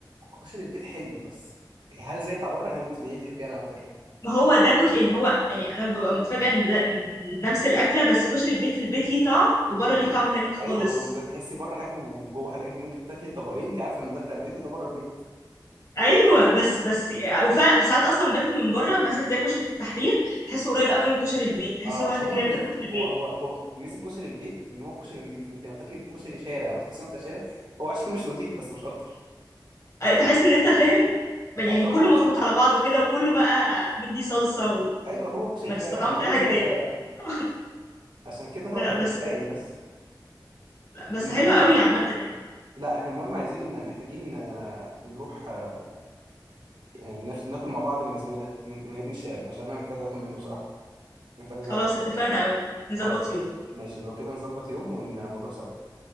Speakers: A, on the right; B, on the left.
A: كشري البيت حلو بس هل زي بتاع بره هل انت ايه تحبي انا اكتر
B: ما هو ده كشري يعني هو يعني انا ببقى متفاجئه ان ده إن نفس الاكله بس كشري البيت في البيت ليه طعم وبره
A: بالظبط
B: ليه طعم تاني خالص
A: ايوه هو بالظبط تحسي بره حاجه وجوه حاجه انت ممكن تاكلي طبقين انت عارفه ان ده بتاع البيت وده بره البيت
B: ايوه بس بس وفعلا ساعات اصلا باكل من بره مثلا زي كشري التحرير تحسه قريب قوي من كشري البيت تحس
A: اه
B: لو
A: عشان
B: انت كده
A: هو نضيف
B: بتاكل في البيت
A: هو هو هو ميزه كشري البيت ان هو كشري نضيف انت لما تاكلي كشري شارع وتحسي انه بتاع شارع هو عشان مش نضيف بس مش اكتر
B: أي- تحس ان انت فاهم يعني
A: ايوه
B: كله
A: هو كشري
B: مخلوط على بعضه كده وكله بقى مدي صلصه
A: ايوه هو كشري
B: وما
A: شارع
B: تستطعمش
A: معمول
B: اي حاجه
A: بتاع
B: تاني
A: شارع
B: <laughs>
A: عشان كده هو
B: لا
A: بيبقى
B: بس
A: باين بس
B: لا بس
A: المهم
B: حلوه قوي عامه يعني
A: لا احنا المهم عايزين محتاجين آه، نروح آه، نف- ناكل مع بعض من اسمه ايه ده من من ابن الشام عشان انا محتاج اكل منه بصراحه محتاج اجربه
B: خلاص اتفقنا قوي نظبط
A: خلاص
B: يوم
A: ماشي لو كده نظبط يوم ون- ونروح سوا